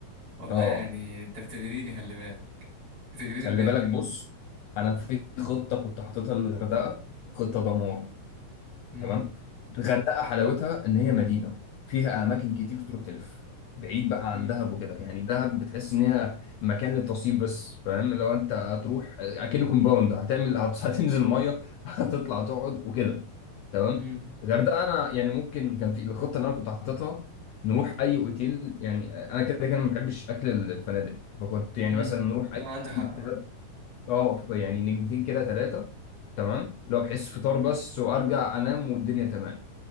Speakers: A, on the right (about 45°); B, on the left (about 80°).
A: والله
B: اه
A: يعني انت بتغريني خلي بالك بتغريني
B: خلي
A: بجد
B: بالك بص انا في خطه كنت حاططها للغردقه خطه دمار
A: مم.
B: تمام الغردقه حلاوتها ان هي مدينه فيها اماكن كتير تروح تلف بعيد بقى
A: مم.
B: عن دهب وكده يعني دهب بتحس ان هي مكان للتصيف بس فاهم لو انت هتروح اكنه كومباوند هتعمل <laughs> هت- هتنزل ميه <laughs> هتطلع تقعد وكده تمام
A: مم.
B: الغردقه انا يعني ممكن كان في الخطه اللي انا كنت حاططها نروح اي اوتيل يعني انا كده كده ما بحبش اكل الفنادق فكنت يعني
A: مم.
B: مثلا نروح
A: لا
B: اي
A: عندك حق
B: اوتيل
A: آه.
B: اه ف- يعني نجمتين كده ثلاثة تمام لو بحس فطار بس وارجع انام والدنيا تمام